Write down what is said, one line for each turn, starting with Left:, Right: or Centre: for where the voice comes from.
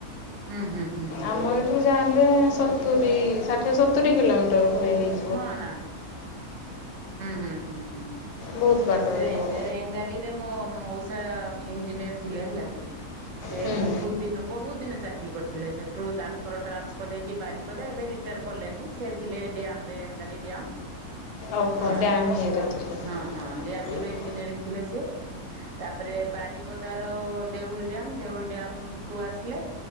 Right: ହୁଁ ହୁଁ ହୁଁ ହୁଁ
Left: ଆମ ଏ ଏଠୁ ଯାହେଲେ ସତୁରି ଷାଠିଏ ସତୁରି କିଲୋ ମିଟର ଭଳି ହେଇଛି।
Right: ହଁ ନା ହୁଁ ହୁଁ
Left: ବହୁତ ବାଟ ଏଠୁ
Right: ରେ
Left: ହବ
Right: ରେଙ୍ଗୋ ଳିରେ ମୋ ମଉସା ଇଞ୍ଜିନିୟର ଥିଲେ ହେଲା କି ସେ
Left: ହୁଁ
Right: ବହୁତ ଦିନ ବହୁତ ଦିନ ଚାକିରୀ କରୁ ଥିଲେ ସେଠୁ ତାଙ୍କର ଟ୍ରାନ୍ସଫର ହେଇକି ବାରିପଦା ଏବେ ରିଟାୟାଡ୍ କଲେଣିି ସେ ଥିଲେ ଡି ରେଙ୍ଗାଲି ଡ଼୍ୟାମ୍।
Left: ଓହୋ
Right: ହେଲା
Left: ଡ୍ୟାମ୍ ଇଏରେ
Right: ହଁ ହଁ ଡ୍ୟାମ୍
Left: ଥିଲେ।
Right: ରେ ଇଞ୍ଜିନିୟରିଂ ଥିଲେ ସିଏ। ତାପରେ ବାରିପଦାର ଦେଉଳି ଡ୍ୟାମ୍ ଦେଉଳି ଡ୍ୟାମ୍ କୁ ଆସିଲେ।